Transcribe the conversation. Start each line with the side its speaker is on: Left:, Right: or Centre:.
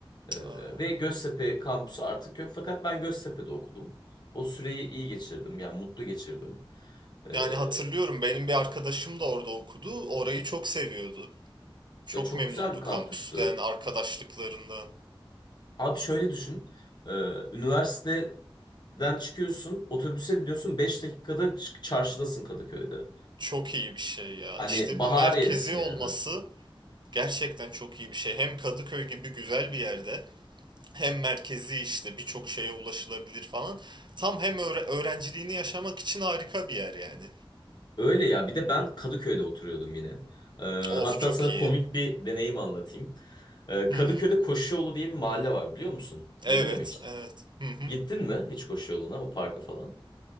Left: Ee,
Right: Cık, aa.
Left: ve Göztepe kampüsü artık yok fakat ben Göztepe'de okudum. O süreyi iyi geçirdim yani mutlu geçirdim. Ee,
Right: Yani hatırlıyorum benim bir arkadaşım da orada okudu. Orayı çok seviyordu. Çok
Left: ya çok
Right: memnundu
Left: güzel bir kampüstü.
Right: kampüsten, arkadaşlıklarından.
Left: Abi şöyle düşün. Ee, üniversiteden çıkıyorsun, otobüse biniyorsun 5 dakikada ç- çarşıdasın Kadıköy'de.
Right: Çok iyi bir şey ya.
Left: Hani
Right: İşte
Left: Bahariye'desin
Right: bu merkezi olması
Left: yani.
Right: gerçekten çok iyi bir şey. Hem Kadıköy gibi güzel bir yerde hem merkezi işte birçok şeye ulaşılabilir falan. Tam hem öğre- öğrenciliğini yaşamak için harika bir yer yani.
Left: Öyle ya bir de ben Kadıköy'de oturuyordum yine. Ee,
Right: Of
Left: hatta
Right: çok
Left: sana
Right: iyi.
Left: komik bir deneyim anlatayım. Ee, Kadıköy'de
Right: Hı hı.
Left: Koşuyolu diye bir mahalle var biliyor musun?
Right: Evet,
Left: Duydun mu hiç?
Right: evet. Hı hı.
Left: Gittin mi hiç koşu yoluna o parka falan?